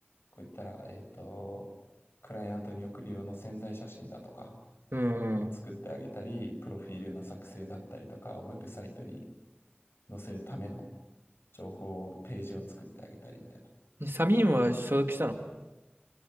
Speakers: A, on the left (about 75°); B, on the right (about 70°).
A: こう言ったら、えっと、クライアントに送る用の宣材写真だとか
B: うんうん。
A: を作ってあげたり、プロフィールの作成だったりとか、ウェブサイトに載せるための情報を、ページを作ってあげたりみたいな。
B: でサミンは所属したの